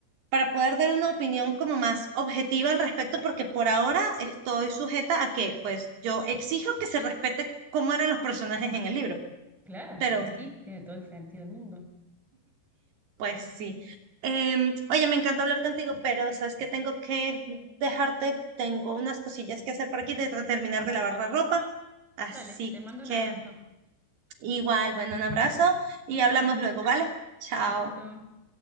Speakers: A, on the right; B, in the centre.
A: para poder dar una opinión como más objetiva al respecto, porque por ahora estoy sujeta a que, pues, yo exijo que se respete cómo eran los personajes en el libro,
B: Claro,
A: pero
B: es que sí, tiene todo el sentido del mundo.
A: pues sí. Em, oye, me encantó hablar contigo, pero sabes que tengo que dejarte, tengo unas cosillas que hacer por aquí, de terminar de lavar la ropa, así
B: Dale, te mando
A: que
B: un abrazo.
A: Igual, bueno, un abrazo y
B: Chao,
A: hablamos luego, ¿vale? Chao.
B: besito.